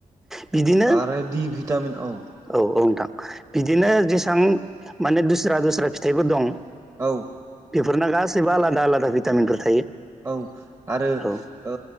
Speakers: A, in the centre; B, on the right (about 25°).
A: बिदिनो
B: आरो दि भिटामिन औ
A: औ नोंथां बिदिनो जेसबां माने दुस्रा दस्रा फिथाइफोर दं
B: औ
A: बेफोरना गासैबो आलादा आलादा भिटामिनफोर थायो।
B: औ आरो
A: औ
B: ओ